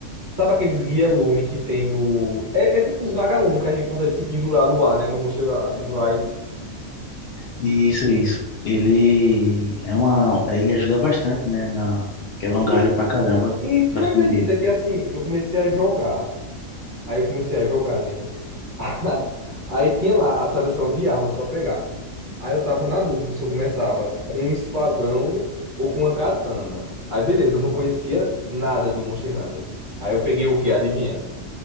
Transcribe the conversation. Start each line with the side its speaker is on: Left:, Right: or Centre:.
Right: sabe aqueles guia-lume que tem no. É, é tipo uns vagalumes que a gente consegue se pendurar no ar, né, no Monster Ra- no Rise.
Left: Isso, isso. Ele é uma, ele ajuda bastante, né, na quebra um galho
Right: E,
Left: pra caramba,
Right: e
Left: pra
Right: tu acredita
Left: se.
Right: que, assim, eu comecei a jogar. Aí eu comecei a jogar, né? <laughs> Aí tinha lá a seleção de armas pra pegar. Aí eu tava na dúvida se eu começava com um espadão ou com uma katana. Aí beleza, eu não conhecia nada do Monster Hunter. Aí eu peguei o quê? Adivinha?